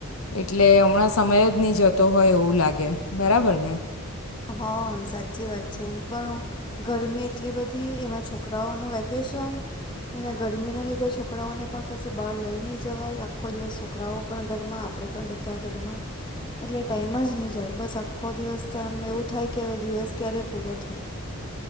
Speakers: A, on the left; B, on the left.
A: એટલે હમણાં સમય જ ની જતો હોય એવું લાગે, બરાબર ને?
B: હા, સાચી વાત છે. એમ પણ ગરમી એટલી બધી. એમાં છોકરાઓનું વેકેશન. અને ગરમીના લીધે છોકરાઓને પણ કશે બહાર લઈ નહીં જવાય. આખો દિવસ છોકરાઓ પણ ઘરમાં, આપણે પણ બધા ઘરમાં, એટલે ટાઈમ જ નહીં જાય. બસ આખો દિવસ તો એમ એવું થાય કે હવે દિવસ ક્યારે પૂરો થાય.